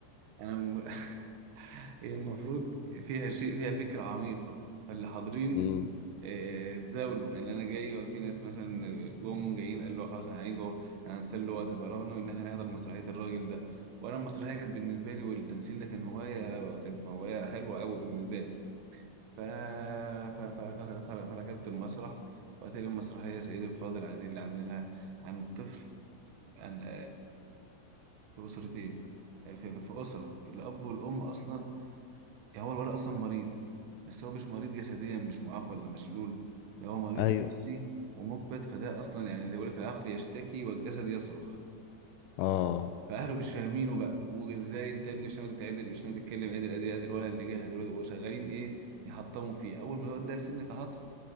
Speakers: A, on the right (about 75°); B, on the left (about 85°).
A: أنا م... <laughs> هي المفروض فيها شيء فيها فكرة عميقة فاللي حاضرين
B: مم.
A: آه، اتزاولوا يعني أنا جاي وفي ناس مثلا جم جايين قالوا له خلاص هنيجي هنسلي وقت فراغنا وإن إحنا نحضر مسرحية الراجل ده وأنا المسرحية كانت بالنسبة لي والتمثيل ده كان هواية كانت هواية حلوة أوي بالنسبة لي ف... ف... ف... ف... ف... فركبت المسرح وقت لي المسرحية سيد الفاضل عن اللي عاملينها عن طفل يعني في أسرتين في, في في أسرة الأب والأم أصلا يعني هو الولد أصلا مريض بس هو مش مريض جسديا مش معاق ولا مشلول ده هو مريض
B: ايوه
A: نفسي ومكبت فده أصلا يعني زي ما بيقول لك العقل يشتكي والجسد يصرخ
B: اه
A: فأهله مش فاهمينه بقى وإزاي أنت يا ابني مش ناوي تتعدل مش ناوي تتكلم عدل أدي أدي الولد اللي جه دلوقتي وشغالين إيه يحطموا فيه أول ما الولد لقى سنة عطف